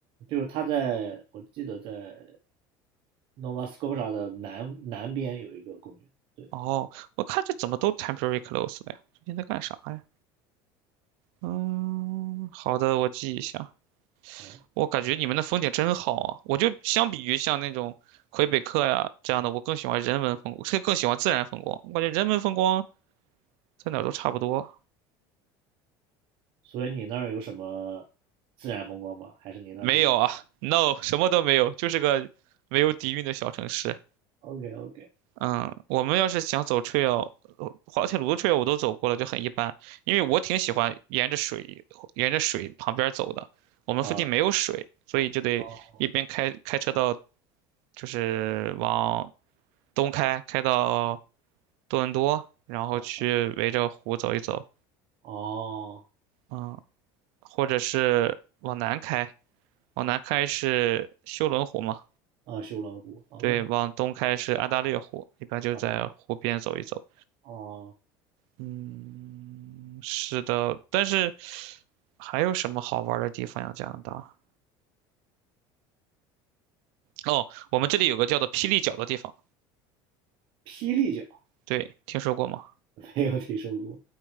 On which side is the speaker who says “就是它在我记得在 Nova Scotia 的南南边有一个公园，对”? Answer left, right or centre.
Right